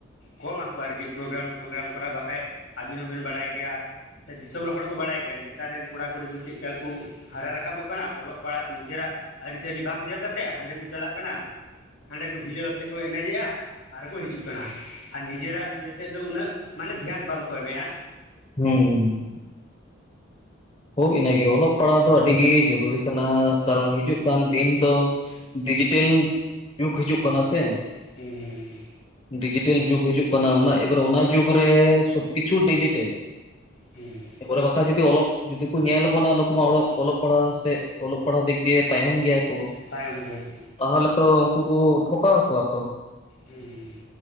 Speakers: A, on the left; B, on the left.
A: ᱠᱚᱢᱟ ᱟᱠᱚ ᱟᱨᱠᱤ ᱯᱨᱳᱜᱨᱟᱢ ᱯᱨᱳᱜᱨᱟᱢ ᱠᱷᱚᱱᱟᱜ ᱵᱟᱠᱷᱟᱡ ᱟᱹᱵᱤᱱ ᱦᱚᱸᱵᱤᱱ ᱵᱟᱲᱟᱭ ᱜᱮᱭᱟ ᱫᱤᱥᱚᱢ ᱨᱮᱱ ᱦᱚᱲ ᱠᱚ ᱵᱟᱲᱟᱭ ᱜᱮᱭᱟ ᱱᱮᱛᱟᱨ ᱨᱮᱱ ᱠᱚᱲᱟ ᱠᱩᱲᱤ ᱠᱚ ᱪᱮᱫ ᱞᱮᱠᱟ ᱠᱚ ᱦᱟᱨᱟ ᱨᱟᱠᱟᱵᱚᱜ ᱠᱟᱱᱟ‌ ᱚᱞᱚᱜ ᱯᱟᱲᱦᱟᱜ ᱾ ᱱᱤᱡᱮᱨᱟᱜ ᱟᱹᱨᱤᱪᱟᱹᱞᱤ ᱵᱟᱝ ᱧᱮᱞ ᱠᱟᱛᱮ ᱦᱟᱸᱰᱮ ᱠᱚ ᱪᱟᱞᱟᱜ ᱠᱟᱱᱟ ᱦᱟᱸᱰᱮ ᱠᱚ ᱦᱤᱞᱟᱹᱣ ᱟᱛᱮᱫ ᱠᱚ ᱮᱱᱮᱡᱮᱜᱼᱟ ᱟᱨ ᱠᱚ ᱦᱤᱡᱩᱜ ᱠᱟᱱᱟ ᱟᱨ ᱱᱤᱡᱮᱨᱟᱜ ᱤᱭᱟᱹ ᱥᱮᱫ ᱫᱚ ᱩᱱᱟᱹᱜ ᱢᱟᱱᱮ ᱫᱷᱮᱭᱟᱱ ᱵᱟᱝᱠᱚ ᱮᱢᱮᱫᱼᱟ ᱾
B: ᱦᱩᱸ ᱦᱳᱭ ᱤᱱᱟᱹᱜᱮ ᱚᱞᱚᱜ ᱯᱟᱲᱦᱟᱜ ᱫᱚ ᱟᱹᱰᱤ ᱜᱮ ᱡᱚᱨᱩᱨᱤ ᱠᱟᱱᱟ ᱠᱟᱨᱚᱱ ᱦᱤᱡᱩᱜ ᱠᱟᱱ ᱫᱤᱱ ᱫᱚ ᱰᱤᱡᱤᱴᱮᱞ ᱡᱩᱜᱽ ᱦᱤᱡᱩᱜ ᱠᱟᱱᱟ ᱥᱮ ᱾
A: ᱦᱩᱸ ᱦᱩᱸ ᱦᱩᱸ
B: ᱰᱤᱡᱤᱴᱮᱞ ᱡᱩᱜᱽ ᱦᱤᱡᱩᱜ ᱠᱟᱱᱟ ᱾ ᱚᱱᱟ ᱮᱵᱟᱨᱮ ᱚᱱᱟ ᱡᱩᱜᱽ ᱨᱮ ᱥᱚᱵ ᱠᱤᱪᱷᱩ ᱰᱤᱡᱤᱴᱮᱞ
A: ᱦᱩᱸ
B: ᱯᱚᱨᱮ ᱵᱟᱠᱷᱟᱡ ᱡᱩᱫᱤ ᱚᱞᱚᱜ ᱡᱩᱫᱤ ᱠᱚ ᱧᱮᱞ ᱵᱚᱱᱟ ᱱᱩᱠᱩ ᱢᱟ ᱚᱞᱚᱜ ᱯᱟᱲᱦᱟᱜ ᱥᱮ ᱚᱞᱚᱜ ᱯᱟᱲᱦᱟᱜ ᱫᱤᱠ ᱫᱤᱭᱮ ᱛᱟᱭᱚᱢ ᱜᱮᱭᱟ ᱠᱚ
A: ᱛᱟᱭᱚᱢ ᱜᱮᱭᱟ ᱠᱚ
B: ᱛᱟᱦᱚᱞᱮ ᱛᱚ ᱩᱱᱠᱩ ᱠᱚ ᱴᱷᱚᱠᱟᱣ ᱠᱚᱣᱟ ᱾ ᱛᱚ
A: ᱦᱩᱸ